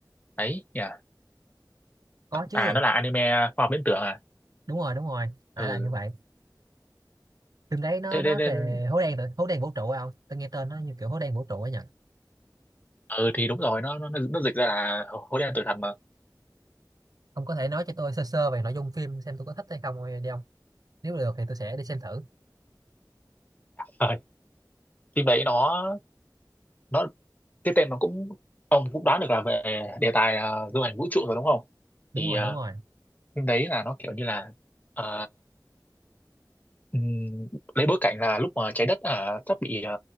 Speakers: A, on the left (about 20°); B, on the right (about 55°).
A: ấy nhỉ?
B: có chứ.
A: à nó là anime à, khoa học viễn tưởng à
B: Đúng rồi, đúng rồi. Phải
A: ừ
B: là như vậy. Phim đấy nó
A: thế
B: nó
A: nên nên-
B: về hố đen tử- hố đen vũ trụ phải không? Tôi nghe tên nó như kiểu hố đen vũ trụ ấy nhỉ?
A: ừ thì đúng rồi nó nó nó nó dịch ra là hố đen tử thần mà
B: ông có thể nói cho tôi sơ sơ về nội dung phim xem tôi có thích hay không đi ông nếu được thì tôi sẽ đi xem thử
A: Rồi. phim đấy nó nó cái tên nó cũng ông cũng đoán được là về đề tài ờ, du hành vũ trụ rồi đúng không
B: đúng
A: thì
B: rồi
A: ờ,
B: đúng rồi
A: phim đấy là nó kiểu như là ờ, ừm, lấy bối cảnh là lúc mà trái đất ờ, sắp bị ờ,